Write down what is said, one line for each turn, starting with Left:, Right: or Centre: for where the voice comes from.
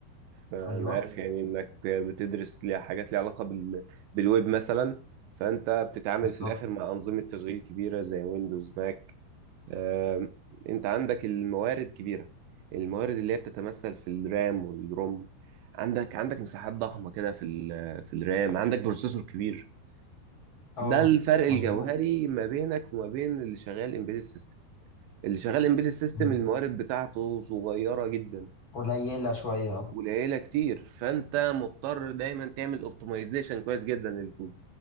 Right: أنا
Left: ايوه
Right: عارف يعني إنك بتدرس ليها حاجات ليها علاقة بال... بالويب مثلا فأنت بتتعامل
Left: بالظبط
Right: في الآخر مع أنظمة تشغيل كبيرة زي ويندوز ماك آه، انت عندك الموارد كبيره الموارد اللي هي بتتمثل في الرام والروم عندك عندك مساحات ضخمه كده في ال- في الرام عندك بروسيسور كبير
Left: اه
Right: ده الفرق
Left: مظبوط
Right: الجوهري ما بينك وما بين اللي شغال امبيدد سيستم اللي شغال امبيدد سيستم
Left: مم.
Right: الموارد بتاعته صغيره جدا
Left: قليلة شوية اه
Right: قليله كتير فانت مضطر دايما تعمل اوبتمايزيشن كويس جدا للكود